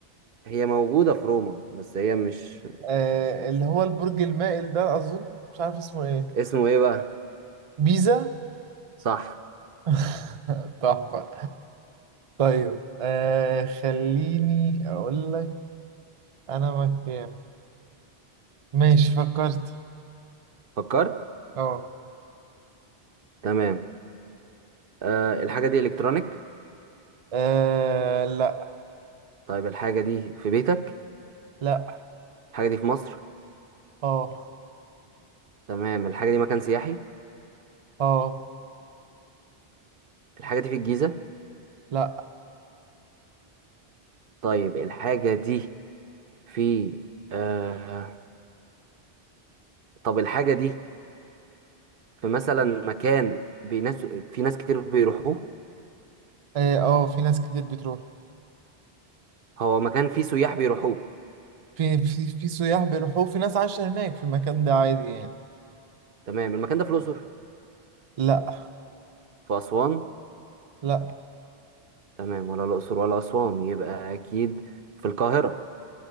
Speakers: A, on the right (about 65°); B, on the right (about 40°).
A: هي موجوده في روما بس هي مش
B: آه، اللي هو البرج المائل ده أظن مش عارف اسمه إيه
A: اسمه ايه بقى
B: بيزا
A: صح
B: <laughs> تحفة طيب آه، خليني أقول لك أنا مكان ماشي فكرت
A: فكرت
B: أه
A: تمام أه الحاجه دي الكترونيك
B: آه، لا
A: طيب الحاجه دي في بيتك
B: لا
A: الحاجه دي في مصر
B: أه
A: تمام الحاجة دي مكان سياحي
B: أه
A: الحاجة دي في الجيزة
B: لا
A: طيب الحاجة دي في آه... طب الحاجة دي في مثلا مكان بناس في ناس كتير بيروحوه
B: اه آه، في ناس كتير بتروح
A: هو مكان فيه سياح بيروحوه
B: في في في سياح بيروحوا في ناس عايشة هناك في المكان ده عادي يعني
A: تمام المكان ده في الأقصر
B: لا
A: في أسوان
B: لا
A: تمام ولا الأقصر ولا أسوان يبقى أكيد في القاهرة